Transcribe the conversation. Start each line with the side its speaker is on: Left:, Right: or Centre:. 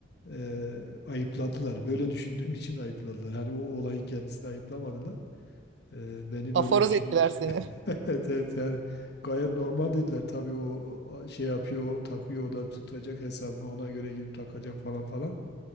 Left: e, ayıpladılar. Böyle düşündüğüm için ayıpladılar. Hani o olayın kendisini ayıplamadılar. Ee, beni
Right: Aforoz
Left: böyle düşündüğüm
Right: ettiler
Left: için.
Right: seni.
Left: <laughs> Evet, evet, yani gayet normal dediler. Tabii o a- şey yapıyor, o takıyor, o da tutacak hesabını ona göre girip takacak falan falan.